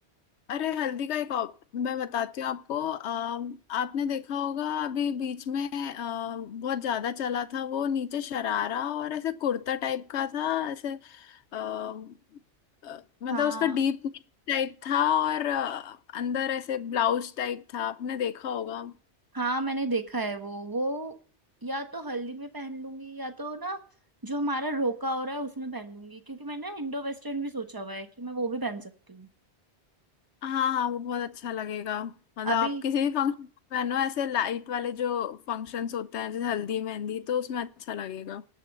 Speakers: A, on the left; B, on the right.
A: अरे हल्दी का एक ऑप मैं बताती हूँ आपको अम, आपने देखा होगा अभी बीच में अम, बहुत ज्यादा चला था वो नीचे शरारा और ऐसे कुर्ता टाइप का था ऐसे अम, अ, मतलब
B: हाँ
A: उसका डीप टाइप था और अ, अंदर ऐसे ब्लाउज टाइप था आपने देखा होगा
B: हाँ मैंने देखा है वो वो या तो हल्दी में पहन लूंगी या तो ना जो हमारा रोका हो रहा है उसमें पहन लूंगी क्योंकि मैंने ना इंडो वेस्टर्न भी सोचा हुआ है कि मैं वो भी पहन सकती हूँ
A: हाँ हाँ वो बहुत अच्छा लगेगा मतलब आप
B: अभी
A: किसी भी फंक्शन पहनो ऐसे लाइट वाले जो फंक्शंस होते हैं जैसे हल्दी मेहंदी तो उसमें अच्छा लगेगा